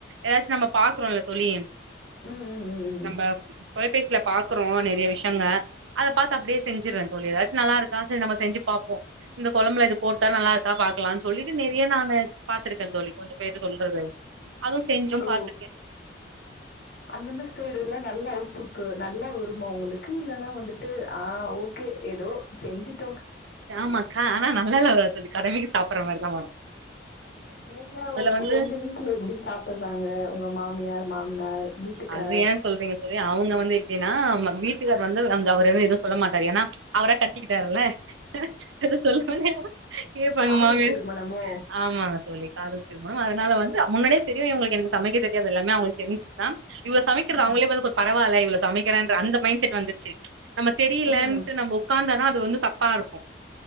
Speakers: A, on the right (about 80°); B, on the left (about 55°).
A: ஏதாச்சு நம்ப பாக்குறோல சொல்லியன்
B: ம், ம், ம், ம்.
A: நம்ப தொலைபேசில பாக்குறோ நெறைய விஷயங்க அத பாத்த அப்டியே செஞ்சிறாங்க தோழி ஏதாச்சு நல்ல இருக்கா செரி நம்ம செஞ் பாப்போ இந்த கொழம்புல இது போட்டா நல்லா இருக்கா பாக்கலானு சொல்லிட்டு நிறைய நான் பாத்திருக்கேன் தோழி கொஞ்சம் பேர் சொல்றது அதுவும் செஞ்சும்
B: ஓ!
A: பாத்திருக்கேன்
B: அந்த மாரி சைடு எல்லாம் நல்லா அவுட்புட் நல்லா வருமா உங்களுக்கு கு இல்லன்னா வந்துட்டு ஆஹ் ஓகே ஏதோ செஞ்சுட்டு
A: ஆமா அக்கா ஆனா நல்லா இல்ல சொல்லி கடமைக்கு சாப்பிடற மாரிதான்
B: நீங்க ஓகே
A: வந்து
B: உங்க வீட்டுல எப்டி சாப்பிடுறாங்க உங்க மாமியார் மாமனார் வீட்டுக்கார்?
A: அது ஏன் சொல்றீங்க சொல்லி அவுங்க வந்து அப்டின்னா வீட்டுக்கார் வந்து அவர்ந்து எதுவும் சொல்ல மாட்டாரு ஏன்னா அவரா கட்டிக்கிட்டாருல்ல <unintelligible>
B: காதல் திருமணமோ?
A: ஆமாங்க தோழி காதல் திருமணம் அதனால வந்து முன்னாடியே தெரியும் இவங்களுக்கு எனக்கு சமைக்க தெரியாது தெரியாதுன்னு <unintelligible> இவ்வளவு சமைக்கிறது
B: ம்.
A: அவங்களே பாத்துட்டு கொஞ்சம் பரவால்லன்னு இவ்வளவு சமைக்கிறேன்னு அந்த மைண்ட் செட் வந்துச்சு நம்ம தெரியலன்டு
B: ம்.
A: நம்ம உட்காந்த ஆ அது வந்து தப்பா இருக்கும்